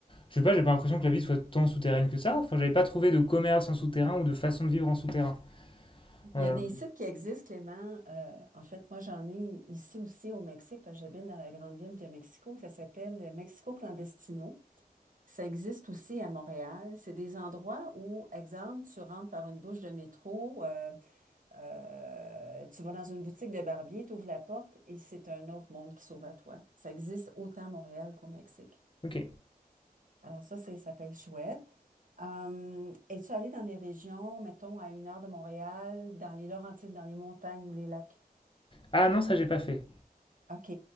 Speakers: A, on the left; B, on the right.
A: je sais pas, j'ai pas l'impression que la vie soit tant souterraine que ça. Enfin, j'avais pas trouvé de commerce en souterrain ou de façon de vivre en souterrain.
B: Il
A: Euh,
B: y a des sites qui existent, Clément. euh, en fait, moi, j'en ai ici aussi au Mexique, parce que j'habite dans la grande ville de Mexico. Ça s'appelle euh, Mexico Clandestino. Ça existe aussi à Montréal. C'est des endroits où, exemple, tu rentres par une bouche de métro. euh, Euh, tu vas dans une boutique de barbier, tu ouvres la porte et c'est un autre monde qui s'ouvre à toi. Ça existe autant à Montréal qu'au Mexique.
A: ok.
B: Alors ça, c'est, ça peut être chouette. Hum, es-tu allé dans des régions, mettons, à une heure de Montréal, dans les Laurentides, dans les montagnes ou les lacs?
A: Ah non, ça j'ai pas fait.
B: OK.